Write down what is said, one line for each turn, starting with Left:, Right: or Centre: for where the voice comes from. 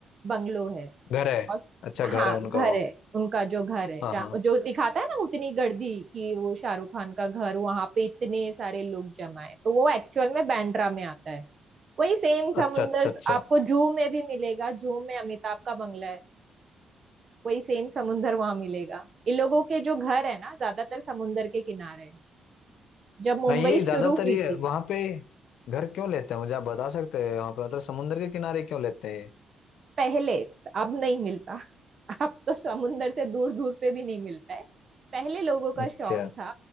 Right: बंगलो है
Left: घर है
Right: और
Left: अच्छा घर
Right: हाँ
Left: है उनका
Right: घर
Left: वो
Right: है उनका जो घर है
Left: हाँ
Right: जहाँ
Left: हाँ
Right: जो दिखाता है ना उतनी गर्दी कि वो शाहरुख खान का घर वहां पे इतने सारे लोग जमा है तो वो एक्चुअल में बांद्रा में आता है वही सेम समुंदर
Left: अच्छा अच्छा अच्छा
Right: आपको जू में भी मिलेगा जू में अमिताभ का बंगला है वही सेम समुंदर वहां मिलेगा इन लोगों के जो घर है ना ज्यादातर समुंदर के किनारे है। जब मुंबई
Left: हाँ ये ज्यादातर
Right: शुरू हुई
Left: ये
Right: थी
Left: वहाँ पे घर क्यों लेते हैं मुझे आप बता सकते हैं वहाँ पे मतलब समुंदर के किनारे क्यों लेते हैं ये?
Right: पहले अब नहीं मिलता अब तो समुंदर से दूर दूर पे भी नहीं मिलता है पहले लोगों का
Left: अच्छा
Right: शौक था